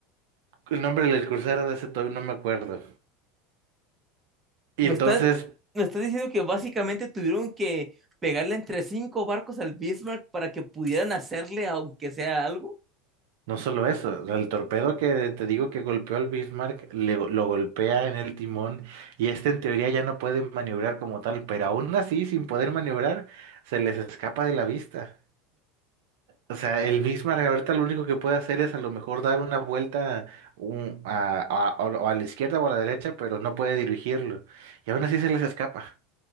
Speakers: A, on the right (about 75°); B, on the right (about 25°).
A: El nombre del crucero de ese todavía no me acuerdo. Y
B: me
A: entonces,
B: estás, me estás diciendo que básicamente tuvieron que pegarle entre cinco barcos al Bismarck para que pudieran hacerle aunque sea algo.
A: no solo eso, el torpedo que te digo que golpeó al Bismarck, le- lo golpea en el timón y este en teoría ya no puede maniobrar como tal, pero aún así, sin poder maniobrar, se les escapa de la vista. O sea, el Bismarck ahorita lo único que puede hacer es a lo mejor dar una vuelta un- a, a- o o a la izquierda o a la derecha, pero no puede dirigirlo. Y aún así se les escapa.